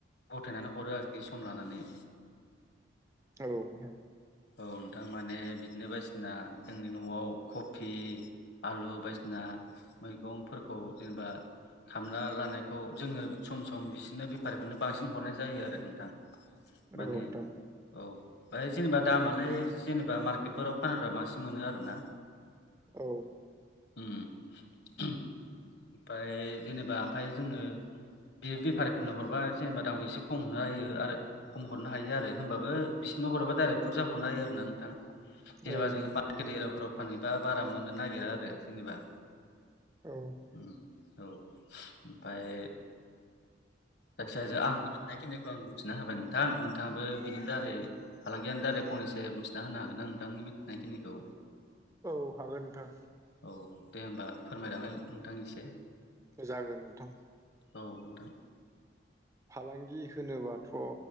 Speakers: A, on the left; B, on the right.
A: गथायनानै हरो आरोखि सम लानानै।
B: औ नोंथां।
A: औन थारमाने बिदिनो बायदिसिना जोंनि न'आव कफि आलु बायदिसिना मैगंफोरखौ जेनेबा खामना लानायखौ जोङो सम सम बिसोरनो बेफारिफोरनो बांसिन हरनाय जायो आरो नोंथां‌। माने
B: औ नोंथां
A: औ बेहाय जेनेबा दामालाय जेनेबा मार्केटफोराव फानोब्ला बांसिन मोनो आरोना।
B: औ।
A: ओम ओमफाय जेनेबा ओमफाय जोङो बे बेफारिफोरनो हरबा जेनेबा दामखौ एसे खम हमना होयो आरो खम हरनो हायो आरो होमबाबो बिसोरनो हराबा डायरेक्ट बुरजा हरनो हायो आरो ना नोंथां जेनेबा
B: औ
A: जोङो मा र्केट एरियाफ्राव फानहैबा बारा मोननो नागिरा आरो जेनेबा।
B: औ।
A: ओम औ ओमफाय जायखिजाया आंनि मिथिनाय थिनायखौ आं बुंथिना होबाय नोंथां नोंथाङाबो बिनि दारै फालांगियानि दारै फंनैसो बुंथिना होनो हागोनना नोंथांनि मिथिनायखिनिखौ।
B: औ हागोन नोंथां।
A: औ दे होमबा फोरमायलांलाय नोंथां एसे।
B: जागोन नोंथां।
A: औ नोंथां।
B: फालांगि होनोबाथ'